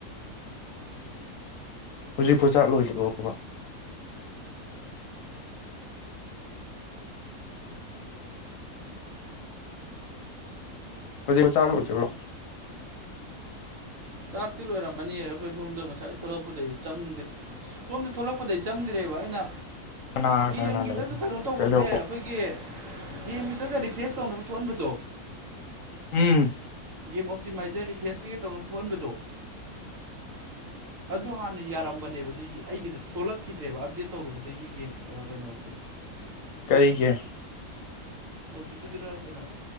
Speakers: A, on the left (about 70°); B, on the right (about 65°).
A: ꯍꯧꯖꯤꯛꯄꯣꯖꯥꯛ ꯂꯣꯏꯗ꯭ ꯐꯥꯎꯕ ꯍꯧꯖꯤꯛ ꯃ ꯆꯥꯂꯨꯔꯇꯕ꯭ꯔꯣ
B: ꯆꯥꯛꯇꯤ ꯂꯣꯏꯔꯝꯃꯅꯤ ꯑꯩꯈꯣꯏ ꯁꯣꯝꯗ ꯉꯁꯥꯏ ꯊꯣꯛꯂꯛꯄꯗꯒꯤꯩ ꯆꯪꯗ꯭ꯔꯦ ꯁꯣꯝꯗ ꯊꯣꯛꯂꯛꯄꯗꯒꯤꯩ ꯆꯪꯗ꯭ꯔꯦꯕ ꯑꯩꯅ
A: ꯀꯅꯥ
B: ꯒꯦꯝꯒꯤꯗ
A: ꯀꯅꯥ ꯂꯩ
B: ꯀꯩꯅꯣ ꯇꯧꯕꯁꯦ
A: ꯀꯩꯗꯧ
B: ꯑꯩꯈꯣꯏꯒꯤ ꯦꯝꯒꯤꯗꯒ ꯔꯤꯐ꯭ꯔꯦꯁ ꯇꯧꯅꯕ ꯊꯣꯛꯍꯟꯕꯗꯣ
A: ꯎꯝ
B: ꯒꯦꯝ ꯑꯣꯞꯇꯤꯃꯥꯏꯖꯔ ꯔꯤꯐꯦꯁ ꯀꯩꯀꯩ ꯇꯧꯅꯕ ꯊꯣꯛꯍꯟꯕꯗꯣ ꯑꯗꯨ ꯍꯥꯟꯅ ꯌꯥꯔꯝꯕꯅꯦꯕ ꯑꯗꯨ ꯑꯩꯒꯤꯗ ꯊꯣꯛꯂꯛꯈꯤꯗ꯭ꯔꯦꯕ ꯑꯞꯗꯦꯠ ꯇꯧꯔꯨꯕꯗꯒꯤ ꯒꯦꯝ ꯀꯩꯅꯣꯁꯦ
A: ꯀꯔꯤꯒꯤ
B: ꯍꯧꯖꯤꯛꯀꯤꯗꯨꯗ ꯀꯩꯅꯣ